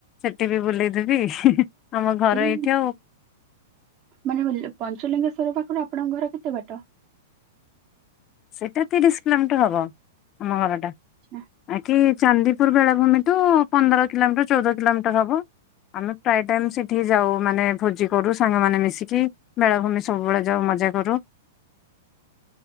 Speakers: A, on the left; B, on the right.
A: ସେଠି ବି ବୁଲେଇଦେବି ଆମ ଘର
B: ଏଇ
A: ଏଇଠି ଆଉ।
B: ମାନେ ବୁଲୁ ପଞ୍ଚଲିଙ୍ଗେଶ୍ଵର ପାଖରୁ ଆପଣଙ୍କ ଘର କେତେ ବାଟ?
A: ସେଟା ତିରିଶ କିଲୋମିଟର ହବ ଆମ ଘର ଟା।
B: ଆଚ୍ଛା,
A: ବାକି ଚାନ୍ଦିପୁର ବେଳାଭୂମି ଠୁ ପନ୍ଦର କିଲୋମିଟର ଚଉଦ କିଲୋମିଟର ହବ। ଆମେ ପ୍ରାୟ ଟାଇମ ସେଠି ଯାଉ ମାନେ ଭୋଜି କରୁ ସାଙ୍ଗମାନେ ମିଶିକି। ବେଳାଭୂମି ସବୁବେଳେ ଯାଉ ମଜା କରୁ।